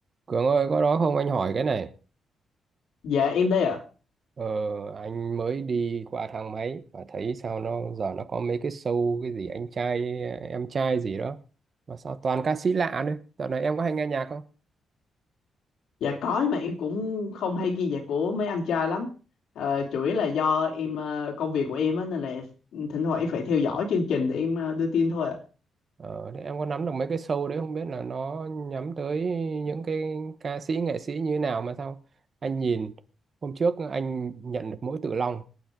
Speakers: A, on the right (about 35°); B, on the left (about 85°).
A: Cường ơi, có đó không anh hỏi cái này.
B: Dạ em đây ạ.
A: Ờ, anh mới đi qua thang máy và thấy sao nó giờ nó có mấy cái show cái gì anh trai em trai gì đó mà sao toàn ca sĩ lạ nữa. Dạo này em có hay nghe nhạc không?
B: Dạ có nhưng mà em cũng không hay ghi nhạc của mấy anh trai lắm. Ờ, chủ yếu là do em ờ, công việc của em á nên là thỉnh thoảng em phải theo dõi chương trình để em ờ, đưa tin thôi ạ.
A: Ờ, thế em có nắm được mấy cái show đấy không biết là nó nhắm tới những cái ca sĩ nghệ sĩ như thế nào mà sao anh nhìn hôm trước anh nhận được mỗi Tự Long